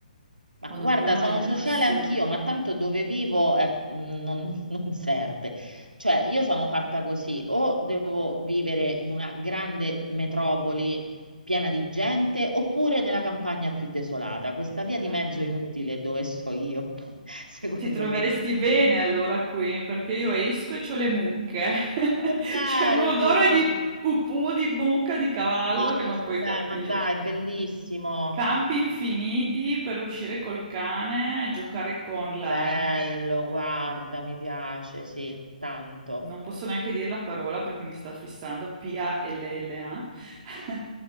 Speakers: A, on the right; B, on the right.
A: Ma
B: vado
A: guarda,
B: un po' in
A: sono
B: depressione.
A: sociale anch'io, ma tanto dove vivo eh, non, <laughs> non serve. Cioè, io sono fatta così, o devo vivere in una grande metropoli piena di gente, oppure nella campagna più desolata. Questa via
B: Eh.
A: di mezzo inutile dove sto io, <laughs> secondo
B: Ti troveresti
A: me.
B: bene allora qui, perché io esco e c'ho le mucche. <laughs>
A: Che bello!
B: C'è un odore di pupù, di mucca, di cavallo
A: No,
B: che non puoi capire.
A: vabbè, ma dai, bellissimo.
B: Campi infiniti per uscire col cane, giocare con la
A: Bello, guarda, mi piace, sì, tanto.
B: non posso neanche dire la parola perché mi sta fissando, P-A-L-L-A. <laughs>